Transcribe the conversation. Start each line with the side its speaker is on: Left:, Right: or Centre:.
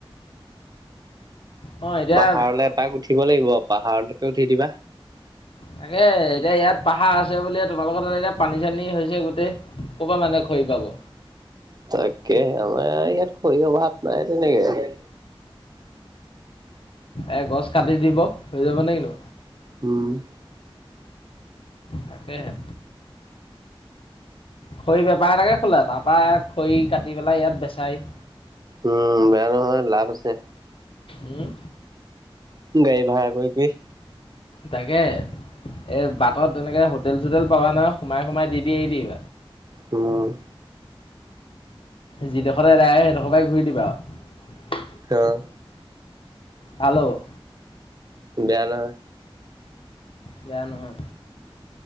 Left: অ এতিয়া
Right: পাহাৰলৈ এপাক উঠিব লাগিব পাহাৰলৈকে উঠি দিবা
Left: তাকে এতিয়া ইয়াত পাহাৰ আছে বুলিয়ে তোমালোকৰ তাত এতিয়া পানী চানী হৈছে গোটেই ক'ৰব মানে খৰি পাব।
Right: তাকে আমাৰ ইয়াত খৰী অভাৱ নাই তেনেকে
Left: এ গছ কাটি দিব হৈ যাব নে কিনো।
Right: উম
Left: তাকেহে। খৰি বেপাৰ এটাকে খোলা তাৰ পৰা খৰি কাটি পেলাই ইয়াত বেচাই
Right: উম বেয়া নহয় লাভ আছে
Left: উম
Right: গাড়ী ভাড়া কৰি কৰি
Left: তাকে এ বাটত এনেকে হোটেল চোটেল পাৱা নহয় সোমাই সোমাই। দ দাই দিব।
Right: উম
Left: যিডখৰতে এদাই সেইডোখৰ পৰাই ঘূৰি দিবা আৰু
Right: অ
Left: ভাল হব
Right: বেয়া নহয়।
Left: বেয়া নহয়